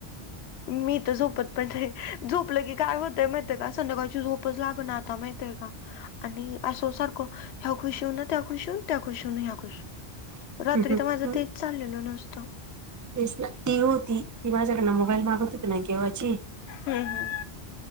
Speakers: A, on the left (about 80°); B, on the right (about 20°).
A: मी तर झोपतपण नही, ते झोपल की काय होतय माहतीय का संध्याकाळची झोपच लाग ना आता माहितय का. आणि अस सारख ह्या खुशऊन होन त्या खुशऊन त्या खुशऊन ह्या खुश.
B: गेली
A: रात्री तर माझ तेच चाललेल नुसत.
B: तेच ना ती होती ती माझ्याकड मोबाईल मागत होती ना केेव्हाची.
A: हम्म.